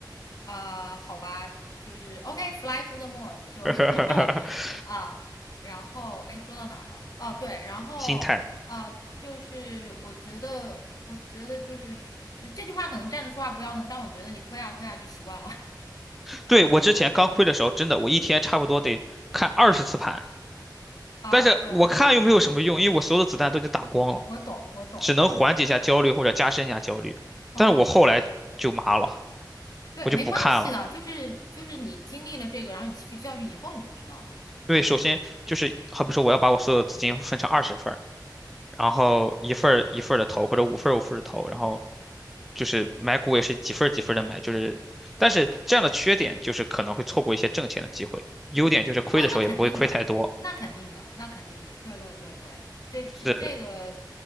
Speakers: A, on the left (about 55°); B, in the centre.
A: 啊、好吧，就是 OK，Fly、to the Moon 就
B: <laughs>
A: <laughs> 啊，然后哎，说到哪儿了？哦、对，然后啊、
B: 心态。
A: 就是我觉得，我觉得就是这这句话可能站着说话不腰疼，但我觉得你亏啊亏啊就习惯了
B: 对，我之前刚亏的时候，真的我一天差不多得看二十次盘，
A: <laughs> 啊。
B: 但是我看又没有什么用，
A: 对，
B: 因为我所有的子弹都已经打光了，
A: 我懂，我懂，
B: 只能缓解一下焦虑或者加深一下焦虑。
A: 嗯，
B: 但是我后来就麻了，
A: 对，
B: 我就不看了，
A: 没关系的，就是就是你经历了这个，然后你吸取教训以后，你就知道了嘛。
B: 因为首先就是好比说我要把我所有的资金分成二十份儿
A: 嗯。
B: 然后一份儿一份的投，或者五份儿五份的投，然后就是买股也是几份儿几份的买，就是但是这样的缺点就是可能会错过一些挣钱的机会，优点就是亏的时候也不会亏太多，
A: 啊，那肯定的，那肯定的，那肯定的，对对对对，这这这个
B: 是